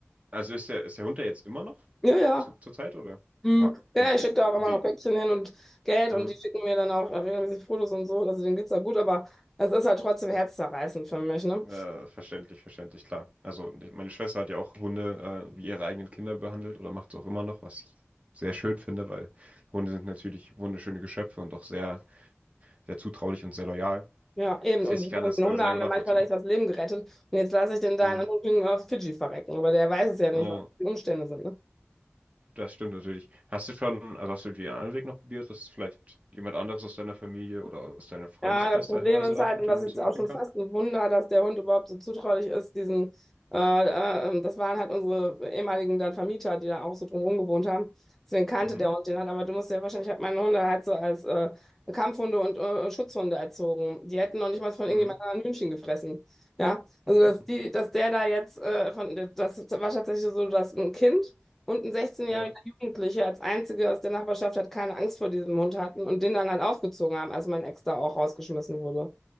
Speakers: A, on the right; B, in the centre.
A: Also ist der, ist der Hund da jetzt immer noch
B: Ja, ja.
A: zu, zur Zeit, oder?
B: Hm.
A: Oha.
B: Ja,
A: Und
B: ich schicke
A: äh,
B: da auch immer
A: wie?
B: noch Päckchen hin und Geld
A: Hm,
B: und die schicken mir dann auch regelmäßig Fotos und so. Also denen geht's da gut, aber es ist halt trotzdem herzzerreißend für mich, ne?
A: äh, verständlich, verständlich, klar. Also meine Schwester hat ja auch Hunde äh, wie ihre eigenen Kinder behandelt oder macht es auch immer noch, was ich sehr schön finde, weil Hunde sind natürlich wunderschöne Geschöpfe und auch sehr, sehr zutraulich und sehr loyal.
B: Ja, eben.
A: Das
B: Und
A: heißt, ich kann das
B: die Hunde
A: äh, sehr
B: haben
A: gut
B: mir
A: nachvollziehen.
B: manchmal echt das Leben gerettet. Und jetzt lasse ich den da
A: Hm.
B: in Anführungsstrichen auf Fidschi verrecken. Aber der weiß es ja nicht,
A: Ja,
B: was die Umstände sind, ne?
A: das stimmt natürlich. Hast du schon, also hast du den anderen Weg noch probiert, dass vielleicht jemand anderes aus deiner Familie oder aus deinem Freundeskreis
B: Ja, das Problem
A: da hinreisen
B: ist
A: darf
B: halt,
A: und
B: und das
A: den
B: ist jetzt
A: zurückbringen
B: auch schon
A: kann?
B: fast ein Wunder, dass der Hund überhaupt so zutraulich ist, diesen, äh, äh, ähm, das waren halt unsere ehemaligen dann Vermieter, die da auch so drumherum gewohnt haben. Deswegen kannte
A: Mhm.
B: der Hund den halt, aber du musst ja wahrscheinlich, ich habe meine Hunde halt so als äh, Kampfhunde und äh, Schutzhunde erzogen. Die hätten noch nicht mal von irgendjemandem
A: Mhm.
B: anderen Hühnchen gefressen. Ja, also
A: <laughs>
B: dass die, dass der da jetzt, äh, von, das war tatsächlich so, dass ein Kind und ein 16-jähriger
A: Ja.
B: Jugendlicher als einziger aus der Nachbarschaft hat keine Angst vor diesem Hund hatten und den dann halt aufgezogen haben, als mein Ex da auch rausgeschmissen wurde.